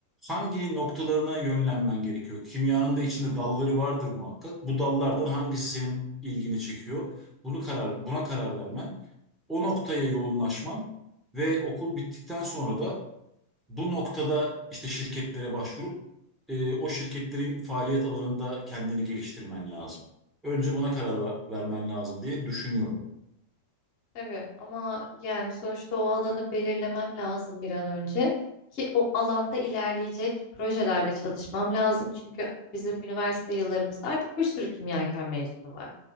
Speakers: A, in the centre; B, on the left (about 45°).
A: Hangi noktalarına yönlenmen gerekiyor? Kimyanın da içinde dalları vardır muhakkak. Bu dallardan hangisi senin ilgini çekiyor? Bunu karar buna karar vermen, o noktaya yoğunlaşman ve okul bittikten sonra da bu noktada işte şirketlere başvurup e, o şirketlerin faaliyet alanında kendini geliştirmen lazım. Önce buna karar ver- vermen lazım diye düşünüyorum.
B: Tabii ama yani sonuçta o alanı belirlemem lazım bir an önce ki o alanda ilerleyecek projelerde çalışmam lazım. Çünkü bizim üniversite yıllarımızda artık bir sürü kimyager mezunu var.